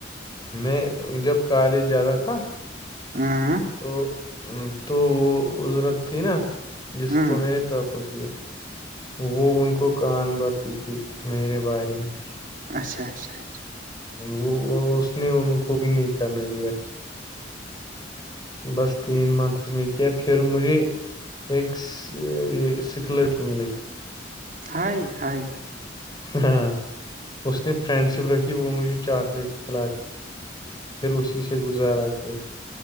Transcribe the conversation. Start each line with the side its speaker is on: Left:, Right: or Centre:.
Left: میں جب کالج جاتا تھا
Right: ہاں <inaudible>
Left: تو تو وہ ازرت تھی نا جس
Right: ہاں
Left: کو میں نے پرپوز کیا وہ ان کو کان بھرتی تھی میرے بارے میں پھر
Right: اچھا اچھا اچھا
Left: وہ وہ اس نے ان کو بھی نہیں کرنے دیا بس تین منتھس میں کیا پھر مجھے ایکس یہ سکلر کی ملگ <inaudible>
Right: ہائے ہائے
Left: ہاں اس نے فرینڈ شپ رکھی وہ مجھے چاکلیٹ کھلا دی پھر اسی سے گزارا کیا